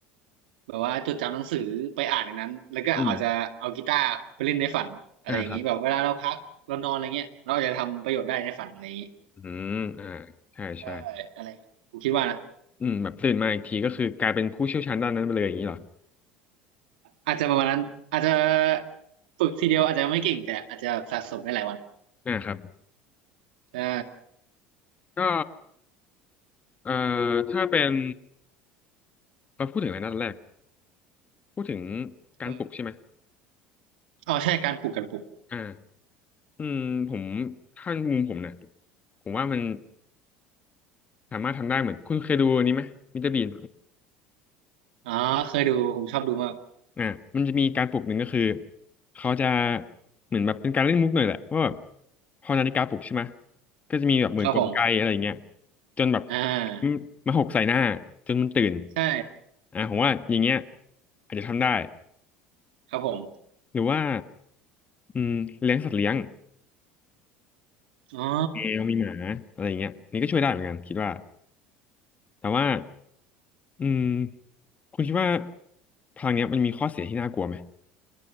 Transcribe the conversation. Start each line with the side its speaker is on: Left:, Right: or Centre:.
Right: แบบว่าจดจำหนังสือไปอ่านในนั้นแล้วก็อาจจะเอากีตาร์ไปเล่นในฝันอะไรอย่างนี้แบบเวลาเราพักเรานอนอะไรเงี้ยเราอาจจะทำประโยชน์ได้ในฝันอะไรอย่างนี้
Left: อืมอ่าครับอืมอ่าใช่ใช่
Right: ใช่อะไรเงี้ยผมคิดว่านะ
Left: อืมแบบตื่นมาอีกทีก็คือกลายเป็นผู้เชี่ยวชาญด้านนั้นไปเลยอย่างนี้เหรอ
Right: อาจจะประมาณนั้นอาจจะฝึกทีเดียวอาจจะไม่เก่งแต่อาจจะสะสมได้หลายวัน
Left: อ่าครับ
Right: ใช่
Left: ก็เอ่อถ้าเป็นเราพูดถึงอะไรนันแรก พูดถึงการปลุกใช่ไหม
Right: เอออ๋อใช่การปลูกการปลูก
Left: อ่าอืมผมถ้ามุมผมนะผมว่ามันสามารถทำได้เหมือนคุณเคยดูอันนี้ไหม มิสเตอร์บีน
Right: อ๋อเคยดูผมชอบดูมาก
Left: อ่ามันจะมีการปลุกหนึ่งก็คือเขาจะเหมือนแบบเป็นการเล่นมุกหน่อยแหละว่าแบบพอนาฬิกาปลุกใช่ไหมก็จะมีแบบเหมือนกลไกอะไรอย่างเงี้ย
Right: ครับผม
Left: จนแบบ
Right: อ่า
Left: มาหกใส่หน้าจนมันตื่น
Right: ใช่
Left: อ่าผมว่าอย่างเงี้ยอาจจะทำได้
Right: ครับผม
Left: หรือว่าอืมเลี้ยงสัตว์เลี้ยง
Right: อ๋อ
Left: แมวมีหมาอะไรอย่างเงี้ยนี่ก็ช่วยได้เหมือนกันคิดว่าแต่ว่าอืมคุณคิดว่าพลังเนี้ยมันมีข้อเสียที่น่ากลัวไหม